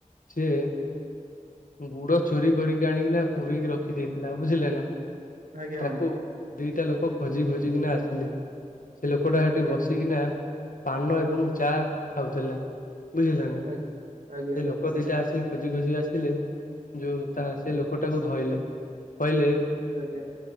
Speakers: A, on the left (about 80°); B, on the right (about 80°).
A: ସିଏ ଗୁଡ ଚୋରି କରିକି ଆଣିକିନା ପୁରୀକି ରଖି ଦେଇେଇଥିଲା ବୁଝିଲେ ନା
B: ଆଜ୍ଞା
A: ତାକୁ
B: ହୁନ୍ତୁ
A: ଦିଟା ଲୋକ ଖୋଜି ଖୋଜିିକନା ଆସିଲେ ସେ ଲୋକଟା ସେଠି
B: ଆଜ୍ଞା
A: ବସ ସିନା ପାନ ଏବଂ ଚା ଖାଉଥିଲା ବୁଝିଲା ନା
B: ଆଜ୍ଞା ଆଜ୍ଞା
A: ସେ ଲୋକ ଦିଟା ଆସିିକ ଖୋଜି ଖୋଜି ଆସିଲେ ଯୋଉ ତା ସେ ଲୋକଟାକୁ ଧୋଇଲେ କହିଲେ
B: ଆଜ୍ଞା,